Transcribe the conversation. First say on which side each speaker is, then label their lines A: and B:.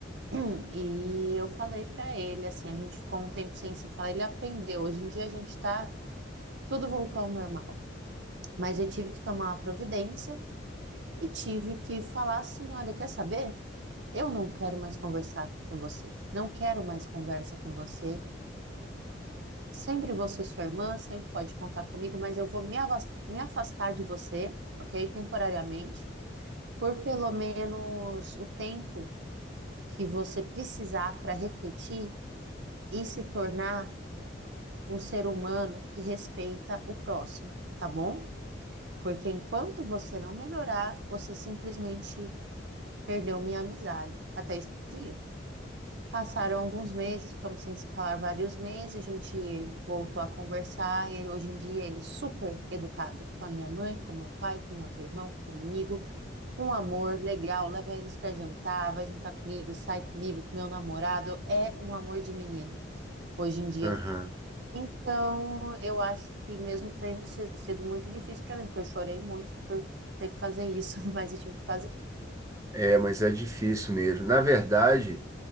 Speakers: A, on the right (about 65°); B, on the right (about 15°).
A: <clears throat> e eu falei pra ele, assim, a gente ficou um tempo sem se falar, ele aprendeu. Hoje em dia a gente tá tudo voltou ao normal. Mas eu tive que tomar uma providência e tive que falar assim: olha, quer saber? Eu não quero mais conversar com você. Não quero mais conversa com você. Sempre você, sua irmã, sempre pode contar comigo, mas eu vou me avas- me afastar de você, ok? Temporariamente, por pelo menos o tempo que você precisar para refletir e se tornar um ser humano que respeita o próximo, tá bom? Porque enquanto você não melhorar, você simplesmente perdeu minha amizade até esse dia. Passaram alguns meses, ficamos sem se falar vários meses, a gente voltou a conversar. E ele, hoje em dia ele é super educado com a minha mãe, com meu pai, com meu outro irmão, comigo. Um amor legal, leva eles para jantar, vai jantar comigo, sai comigo, com meu namorado. É um amor de menino. Hoje em dia
B: Aham.
A: então, eu acho que mesmo tendo se- sido muito difícil para mim, porque eu chorei muito por ter que fazer isso, <laughs> mas eu tive que fazer.
B: É, mas é difícil mesmo. Na verdade,